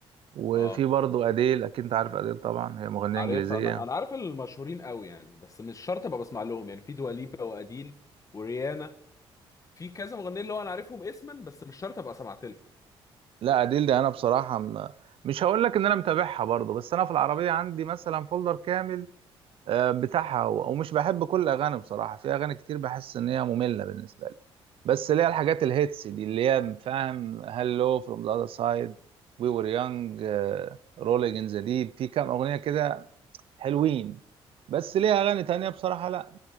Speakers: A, on the right; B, on the left.
A: وفي
B: اه
A: برضه أديل أكيد انت عارف أديل طبعا هي مغنية
B: عارف
A: إنجليزية
B: انا انا عارف المشهورين قوي يعني بس مش شرط ابقى بسمع لهم يعني في دواليبا واديل وريانا في كذا مغنيين اللي هو انا عارفهم اسما بس مش شرط ابقى سمعت لهم
A: لا أديل ده أنا بصراحة م- مش هقول لك إن أنا متابعها برضه بس أنا في العربية عندي مثلا فولدر كامل آه، بتاعها هو ومش بحب كل اغاني بصراحه في اغاني كتير بحس ان هي ممله بالنسبه لي بس اللي هي الحاجات
B: مم.
A: الهيتس دي اللي هي فاهم هالو فروم ذا اذر سايد وي وير يونج رولينج ان ذا ديب في كام اغنيه كده حلوين بس ليها اغاني تانية بصراحه لا